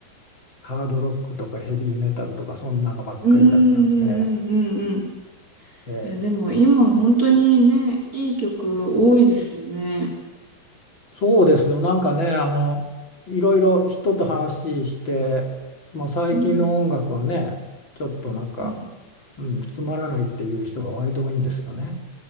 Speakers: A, on the left; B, on the right.
A: ハードロックとかヘビーメタルとか、そんなのばっかりだったんで、
B: うんうんうんうん。
A: えー
B: いや、でも今本当にね、いい曲多いですよね。
A: そうですよ。なんかね、あの、いろいろ人と話して、まあ、最近の音楽はね、
B: うん。
A: ちょっとなんか、
B: はい
A: うん、つまらないっていう人が割と多いんですよね。